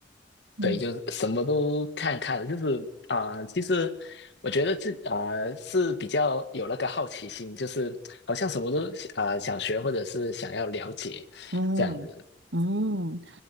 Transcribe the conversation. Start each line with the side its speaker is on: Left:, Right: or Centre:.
Right: 嗯
Left: 对，就是什么都看看，就是啊、呃其实我觉得这啊、呃是比较有那个好奇心，就是好像什么都啊、呃想学或者是想要了解这样子。
Right: 嗯嗯，